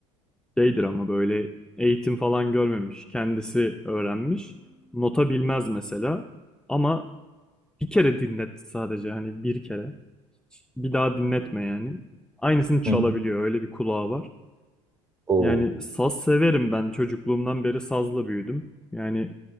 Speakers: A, in the centre; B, on the right.
A: şeydir ama böyle eğitim falan görmemiş. Kendisi öğrenmiş. Nota bilmez mesela. Ama bir kere dinlet sadece hani bir kere. Bir daha dinletme yani. Aynısını çalabiliyor.
B: Hı hı.
A: Öyle bir kulağı var.
B: Oo.
A: Yani saz severim ben. Çocukluğumdan beri sazla büyüdüm. Yani